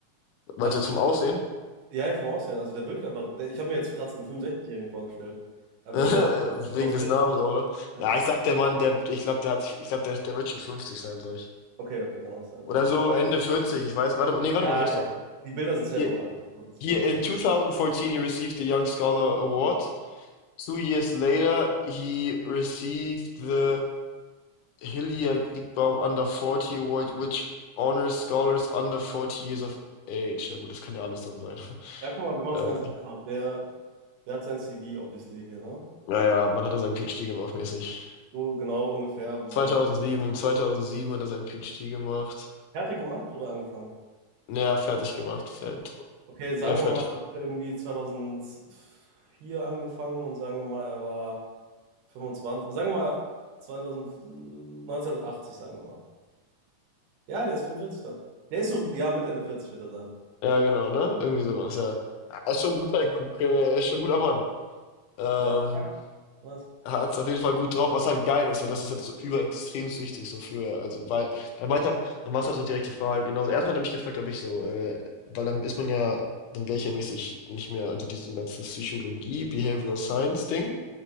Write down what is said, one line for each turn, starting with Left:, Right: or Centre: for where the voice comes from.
Left: Meinst
Right: Also,
Left: du jetzt vom Aussehen?
Right: ja, ja, vom Aussehen. Also, der wirkt einfach. Der, ich habe mir jetzt so gerade so einen 65-Jährigen vorgestellt.
Left: <laughs>
Right: Aber
Left: Wegen
Right: der Bro. ist Aus
Left: des
Right: vierzig.
Left: Namens, auch, oder?
Right: ja.
Left: Ja, ich sag, der Mann, der, ich glaube, der hat, ich glaube, der, der wird schon 50 sein, sag ich.
Right: Okay, okay, kann auch sein, ja.
Left: Oder so Ende 40, ich weiß. Warte mal, nee, warte
Right: Ja,
Left: mal, hier ist
Right: ja.
Left: doch.
Right: Die Bilder sind safe
Left: Hier,
Right: auch alt. aber Das
Left: hier
Right: kann auch
Left: in
Right: sein.
Left: 2014 he received the Young Scholar Award. Two years later he received the Hillier Kriegbaum Under 40 Award, which honors scholars under 40 years of age. Ja gut, das kann ja alles dann sein. <laughs>
Right: Ja, guck mal, wir machen
Left: Äh,
Right: es ganz einfach. Der, der hat sein CV, obviously, hier, ne?
Left: naja, wann hat er seinen PhD gemacht, mäßig?
Right: So genau ungefähr. So,
Left: 2007,
Right: wann hat er
Left: 2007 hat er seinen PhD gemacht.
Right: fertig gemacht oder angefangen?
Left: Naja, fertig gemacht. Fert
Right: Okay, sagen
Left: ja, fertig.
Right: wir mal, dann hat er irgendwie 2004 angefangen und sagen wir mal, er war 25, sagen wir mal 2000, äh, 1980, sagen wir mal. Ja, der ist 45 dann. Der ist so, ja, mit Ende 40 wird er sein.
Left: Ja, genau, ne? Irgendwie sowas, ja. Er ist schon ein guter, gu- äh, ist schon ein guter Mann. Ähm,
Right: Ja, nice.
Left: er hat es auf jeden Fall gut drauf, was halt geil ist, weil das ist halt so überextrem wichtig, so für, also, weil, er meinte auch, dann war es halt so direkte Frage, genau also Erstmal hat er mich gefragt, ob ich so, äh, weil dann ist man ja, dann wäre ich ja mäßig nicht mehr unter diesem ganzen Psychologie, Behavioral Science Ding